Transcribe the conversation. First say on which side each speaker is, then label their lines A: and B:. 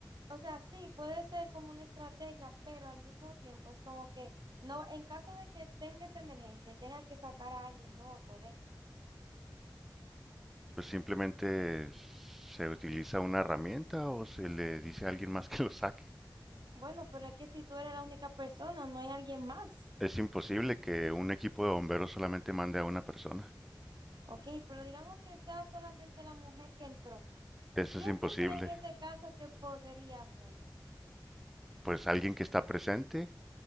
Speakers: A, on the right; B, in the centre.
A: O sea, sí, puede ser como una estrategia, pero al mismo tiempo es como que no, en caso de que tenga esa emergencia y tenga que sacar a alguien, no va a poder.
B: Pues simplemente se utiliza una herramienta o se le dice a alguien más que lo saque.
A: Bueno, pero es que si tú eres la única persona, no hay alguien más.
B: Es imposible que un equipo de bomberos solamente mande a una persona.
A: Ok, pero digamos que sea solamente la mujer que entró.
B: Eso
A: ¿Quién
B: es imposible.
A: tú crees en ese caso que podría ser?
B: Pues alguien que está presente,